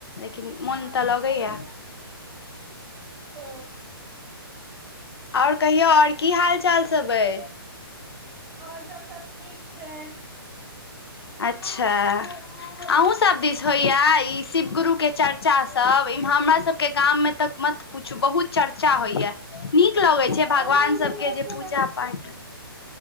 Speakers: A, on the left; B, on the right.
A: लेकिन मोन
B: हँ
A: तऽ लगैया
B: ओ
A: आओर कहियौ आओर की हाल चाल सब अइ
B: आओर सब सब ठीक छै
A: अच्छा अहूँ सब दिस होइया ई शिव गुरु के चर्चा सब इ हमरा सबके गाम मे तऽ म पूछू बहुत चर चा होइया नीक लगै छै
B: हँ
A: भगवान
B: इम्हरो
A: सबके
B: कखनो
A: जे पूजा पाठ